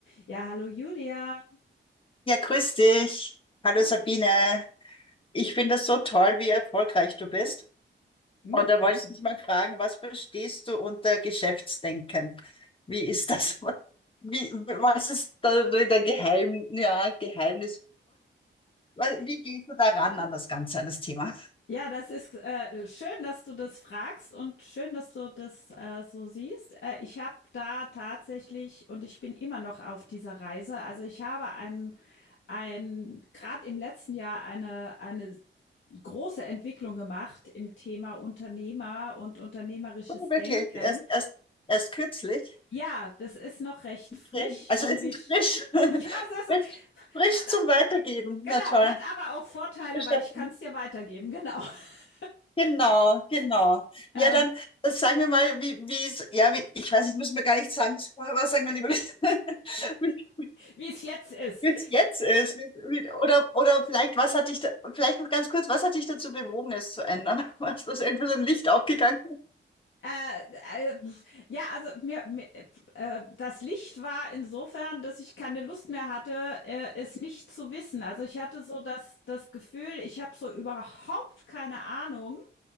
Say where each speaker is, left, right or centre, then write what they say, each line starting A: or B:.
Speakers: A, on the left; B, on the left.
A: Ja, hallo Julia.
B: Ja, grüß dich. Hallo
A: Du,
B: Sabine. Ich finde es so toll, wie erfolgreich du bist.
A: mm,
B: Und da
A: danke.
B: wollte ich dich mal fragen, was verstehst du unter Geschäftsdenken? Wie ist das? <laughs> Wie, was ist da dein Geheim, ja, Geheimnis? Weil, Wie gehst du daran an das Ganze, an das Thema?
A: Ja, das ist äh, schön, dass du das fragst und schön, dass du das äh, so siehst. Äh, ich habe da tatsächlich und ich bin immer noch auf dieser Reise. Also ich habe ein, ein gerade im letzten Jahr eine, eine große Entwicklung gemacht im Thema Unternehmer und unternehmerisches
B: Oh, wirklich,
A: Denken.
B: erst, erst, erst kürzlich.
A: Ja, das ist noch recht
B: Okay.
A: frisch
B: Also
A: und
B: es
A: wir
B: ist
A: sch-
B: frisch, <laughs>
A: <laughs> ja, das
B: frisch,
A: hat
B: frisch zum Weitergeben.
A: Genau,
B: Na toll.
A: hat aber auch Vorteile,
B: Bestimmt.
A: weil ich kann es dir weitergeben, genau. <laughs>
B: Genau, genau.
A: Ähm,
B: Ja, dann äh, sagen wir mal, wie, wie es, ja, wie, ich weiß, ich muss mir gar nicht sagen, was vorher war, sagen wir lieber, <laughs> wie
A: Wie es jetzt ist.
B: wie es jetzt ist. Wie, wie, oder, oder vielleicht, was hat dich da, vielleicht noch ganz kurz, was hat dich dazu bewogen, es zu ändern? <laughs> Was das irgendwie so ein Licht aufgegangen?
A: Äh, äh, ja, also mir, mir äh, das Licht war insofern, dass ich keine Lust mehr hatte, äh, es nicht zu wissen. Also ich hatte so das, das Gefühl, ich habe so überhaupt keine Ahnung,